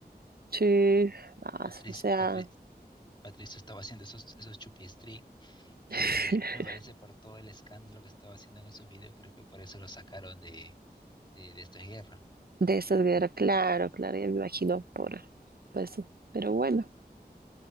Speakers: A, on the right; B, on the left.
A: sí. Ah,
B: Patricio,
A: s- o sea,
B: Patricio, Patricio estaba haciendo esos, esos chupi stream y
A: <laughs>
B: me parece por todo el escándalo que estaba haciendo en esos videos, creo que por eso lo sacaron de, de, de esta guerra.
A: de esas guerras, claro, claro, ya me imagino por, por eso. Pero bueno.